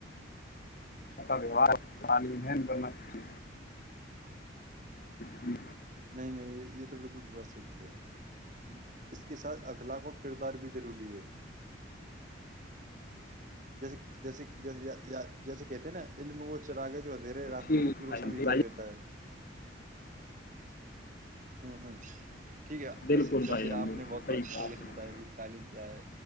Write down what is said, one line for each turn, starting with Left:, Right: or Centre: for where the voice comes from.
Left: کا ویوار تالمین کرنا سچے جی <inaudible>
Right: نہیں نہیں یہ تو بالکلس کریں گ اس کے ساتھ اخلاق و کردار بھی ضروری ہے جیسے جیسے ج جیسے کہتے ہیں نا علم وہ چراغے ادھیے راستوں
Left: ٹھیک
Right: میں کی روشن بھی کر
Left: بھائی
Right: دیتا ہے ہوں ہوں ٹھیک ہے ویسے
Left: بالکل
Right: ویسے
Left: بھائی
Right: آپ
Left: ہم
Right: نے بہت
Left: صحیح
Right: اچھی
Left: کہا
Right: طریقے
Left: آپ نے
Right: سے بتایا کہ تعلیم کیا ہے